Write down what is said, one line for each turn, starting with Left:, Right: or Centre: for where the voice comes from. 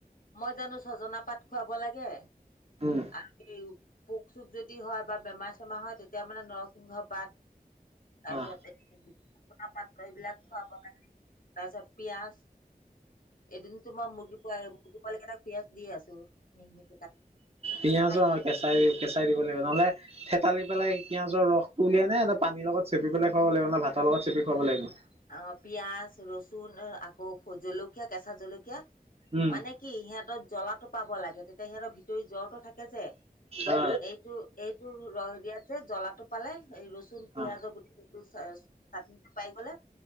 Left: মই জানো ছজনা পাত খুৱাব লাগে
Right: উম
Left: আহ কি পোক চোক যদি হয় বা বেমাৰ চেমাৰ হয় তেতিয়া মানে নৰসিংহৰ পাত তাৰ
Right: অ
Left: পিছত এই পাত্ৰ এইবিলাক খুৱাব লাগে। তাৰ পিছত পিয়াজ এদিনতো মই মুৰ্গী পোৱ মুৰ্গী পোৱালি কেইটাক পিয়ঁজ দি আছো। <unintelligible>
Right: পিয়াজো
Left: খাইছে
Right: আৰু কেঁচাই কেঁচ দিব লাগিব নহলে থেতালি পেলাই পিয়াজৰ ৰসটো উলিয়াই নে পানীৰ লগত চেপি পেলাই খুৱাব লাগিব ন ভাতৰ লগত চেপি খুৱাব লাগিব।
Left: অ পিয়াজ, ৰচুন আকৌ জলকীয়া কেঁচা জলকীয়া
Right: উম
Left: মানে কি সিহঁতৰ জ্বলাটো পাব লাগে তেতিয়া সিহঁতৰ ভিত তই জ্বৰটো থাকে যে
Right: অ
Left: এইটো এইটো ৰহ দিয়াত যে জ্বলাটো পালে এই ৰচ ৰচুন, পিয়াজ
Right: অ
Left: গোট স চাট পাই গলে